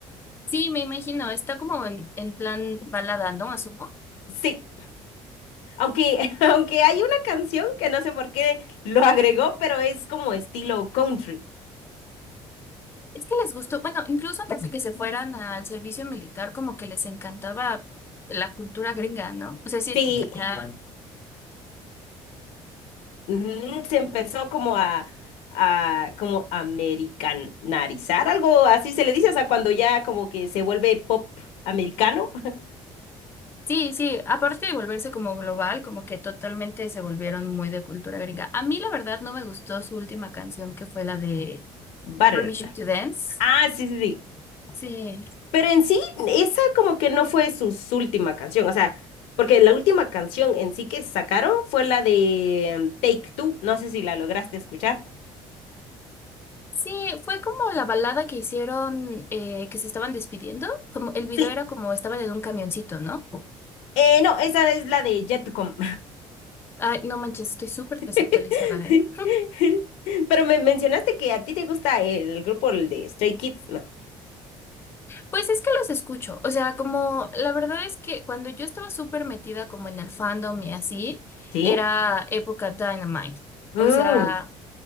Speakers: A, on the left (about 20°); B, on the left (about 90°).
A: Sí, me imagino, está como en, en plan balada, ¿no? Asumo.
B: Sí. Aunque, <laughs> aunque hay una canción que no sé por qué lo agregó, pero es como estilo country.
A: Es que les gustó, bueno, incluso antes de que se fueran al servicio militar, como que les encantaba la cultura gringa, ¿no? O sea, sí,
B: Sí,
A: que ya...
B: ujú, se empezó como a, a como americanizar, algo así se le dice, o sea, cuando ya como que se vuelve pop americano. <laughs>
A: Sí, sí, aparte de volverse como global, como que totalmente se volvieron muy de cultura gringa. A mí la verdad no me gustó su última canción, que fue la de
B: Butter.
A: Permission to Dance.
B: Ah, sí, sí, sí.
A: Sí.
B: Pero en sí, esa como que no fue su, su última canción, o sea, porque la última canción en sí que sacaron fue la de mm, Take Two, no sé si la lograste escuchar.
A: Sí, fue como la balada que hicieron, eh, que se estaban despidiendo, como el video
B: Sí,
A: era como estaban en un camioncito, ¿no?
B: Eh, no, esa es la de Jetcom.
A: Ay, no manches, estoy súper
B: <laughs>
A: desactualizada, ¿eh?
B: Pero me mencionaste que a ti te gusta el grupo el de Stray Kids, ¿no?
A: Pues es que los escucho, o sea, como la verdad es que cuando yo estaba súper metida como en el fandom y así,
B: ¿Sí?
A: era época Dynamite,
B: Mm,
A: o sea,